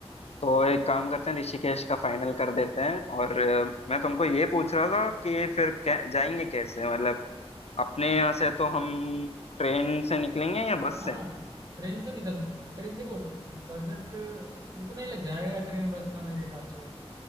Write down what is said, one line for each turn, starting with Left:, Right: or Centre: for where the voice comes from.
Left: तो एक काम करते हैं ऋषिकेश का फाइनल कर देते हैं और अ, मैं तुमको ये पूछ रहा था कि फिर कै, जाएंगे कैसे मतलब अपने यहाँ से तो हम ट्रेन से निकलेंगे या बस
Right: हाँ
Left: से
Right: ट्रेन से निकल सक ट्रेन देखो बजट उतना ही लग जाएगा ट्रेन बस का मेरे हिसाब से